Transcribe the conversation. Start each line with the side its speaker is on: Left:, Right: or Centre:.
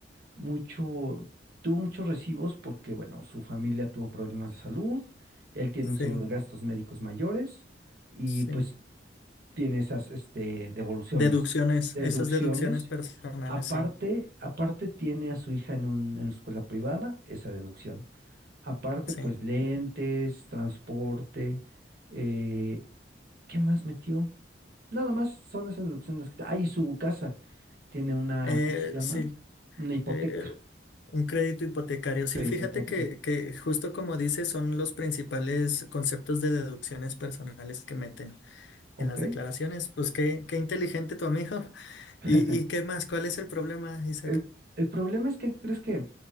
Right: mucho, tuvo muchos recibos porque, bueno, su familia tuvo problemas de salud, él tiene
Left: Sí,
Right: un seguro de gastos médicos mayores y
Left: sí.
Right: pues tiene esas, este, devoluciones,
Left: Deducciones,
Right: deducciones.
Left: esas deducciones personales,
Right: Aparte,
Left: sí,
Right: aparte tiene a su hija en un, en escuela privada, esa deducción. Aparte,
Left: sí.
Right: pues lentes, transporte eh, ¿Qué más metió? Nada más son esas deducciones. que- Ah, y su casa tiene una,
Left: Eh,
Right: ¿cómo se llama?
Left: sí,
Right: Una hipoteca,
Left: eh, un crédito hipotecario.
Right: un
Left: Sí,
Right: crédito
Left: fíjate
Right: hipotecario.
Left: que, que justo como dices, son los principales conceptos de deducciones personales que meten.
Right: Ok.
Left: en las declaraciones. Pues qué, qué inteligente tu amigo. <laughs>
Right: <laughs>
Left: ¿Y, y qué más? ¿Cuál es el problema, Isaac?
Right: El, el problema es que, ¿qué ¿crees que